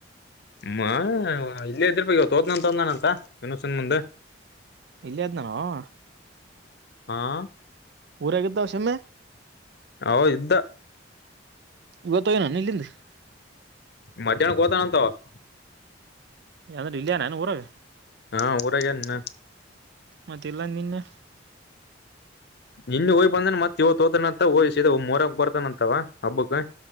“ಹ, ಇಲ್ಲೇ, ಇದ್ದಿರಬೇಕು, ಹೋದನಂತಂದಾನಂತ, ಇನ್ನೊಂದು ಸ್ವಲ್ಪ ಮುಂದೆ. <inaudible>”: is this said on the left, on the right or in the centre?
Left